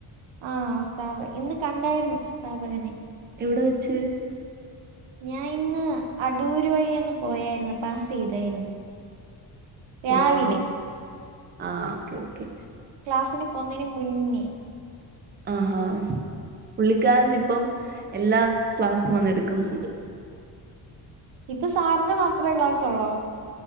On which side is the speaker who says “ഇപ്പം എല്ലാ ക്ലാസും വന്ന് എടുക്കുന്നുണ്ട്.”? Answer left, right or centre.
Right